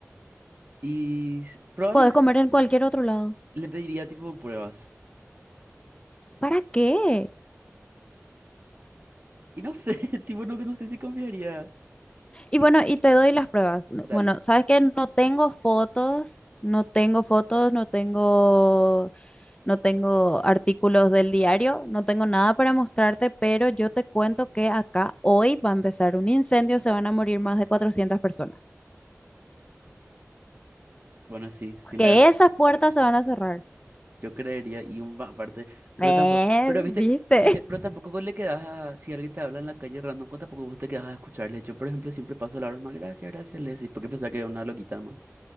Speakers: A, on the right; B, on the left.
A: Y s- probablemente
B: Puedes comer en cualquier otro lado.
A: le pediría tipo pruebas.
B: ¿Para qué?
A: Y no sé, <laughs> tipo no, no sé si confiaría.
B: Y bueno, y te doy las pruebas. No-
A: Dale.
B: Bueno, sabes que no tengo fotos, no tengo fotos, no tengo, no tengo artículos del diario, no tengo nada para mostrarte, pero yo te cuento que acá hoy va a empezar un incendio, se van a morir más de 400 personas.
A: Bueno, sí, sí le
B: que esas puertas se van a cerrar.
A: Yo creería, y un va- aparte, pero
B: Eh,
A: tampoco, pero viste,
B: ¿viste?
A: viste, pero
B: <laughs>
A: tampoco le quedas a, si alguien te habla en la calle random, pues tampoco vos te quedas a escucharle. Yo, por ejemplo, siempre paso la broma, gracias, gracias, le decís, porque pensaba que era una loquita más.